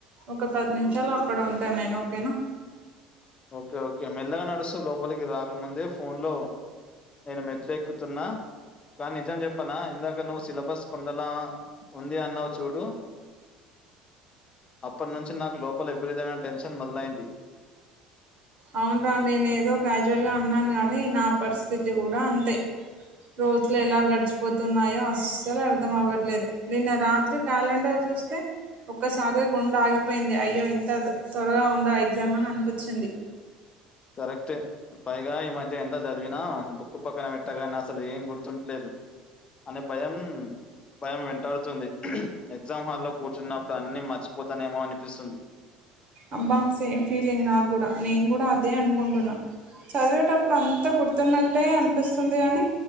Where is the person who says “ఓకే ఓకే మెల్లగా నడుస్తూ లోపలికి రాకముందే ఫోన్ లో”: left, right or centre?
Left